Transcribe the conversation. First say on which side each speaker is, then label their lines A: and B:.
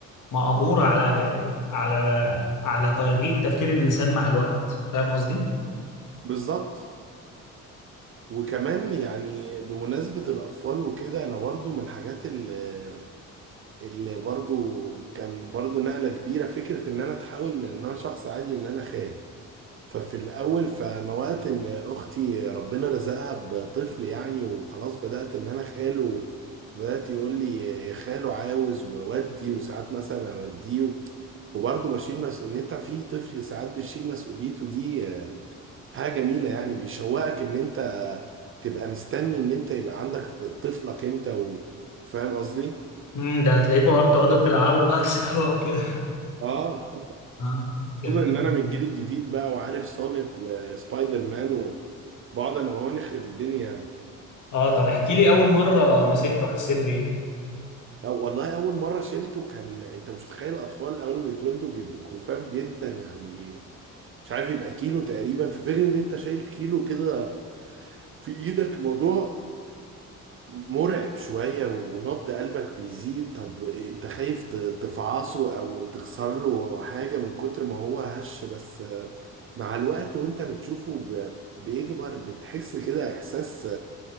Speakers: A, on the left (about 45°); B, on the right (about 35°).
A: مقهور على على على طريقه تفكير الانسان مع الوقت فاهم قصدي؟
B: بالظبط وكمان يعني بمناسبة الأطفال وكده أنا برضو من الحاجات اللي, اللي برضو كان برضو نقلة كبيرة فكرة إن أنا أتحول من إن أنا شخص عادي إن أنا خال ففي الأول فموقت إن أختي ربنا رزقها بطفل يعني وخلاص بدأت إن أنا خاله بدأت يقول لي يا خاله عاوز وأودي وساعات مثلا أوديه وبرضه بشيل مس... إن أنت في طفل ساعات بتشيل مسؤوليته دي حاجة جميلة يعني بيشوقك إن أنت تبقى مستني إن أنت يبقى عندك طفلك أنت و... فاهم قصدي؟
A: مم، ده هتلاقيكوا بقى بتقعدوا تلعبوا بقى <laughs> سوا وكده
B: آه <laughs>
A: آه، جميل
B: خصوصا إن أنا من الجيل الجديد بقى وعارف سونيك وسبايدر مان وبقعد أنا وهو نخرب الدنيا يعني
A: اه طب احكي لي اول مره مسكته حسيت بايه؟
B: أو والله أول مرة شيلته كان أنت مش متخيل الأطفال أول ما بيتولدوا بيبقوا خفاف جدا يعني مش عارف يبقى كيلو تقريبا في فكرة إن أنت شايل كيلو كده في إيدك موضوع مرعب شوية ونبض قلبك بيزيد طب أنت خايف ت- تفعصه أو تكسر له حاجة من كتر ما هو هش بس مع الوقت وأنت بتشوفه ب- بيكبر بتحس كده إحساس